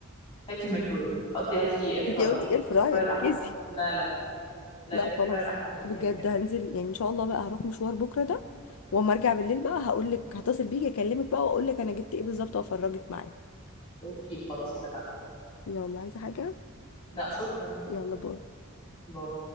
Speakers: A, on the left; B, on the left.
A: هاتي ميكرويف قصدي هاتي اير فراير
B: انت قلتي اير فراير
A: اير فراير
B: ركزي
A: احسن لا لا لا
B: لا
A: الاير
B: خلاص
A: فراير احسن بكتير
B: بجد
A: بجد
B: هنزل يعني ان شاء الله بقى هروح مشوار بكره ده واما ارجع بالليل بقى هقول لك هتصل بيكي اكلمك بقى واقول لك انا جبت ايه بالظبط وافرجك معايا
A: اوكي خلاص اتفقنا
B: يلا عايزه حاجه
A: لا شكرا
B: يلا باي
A: باي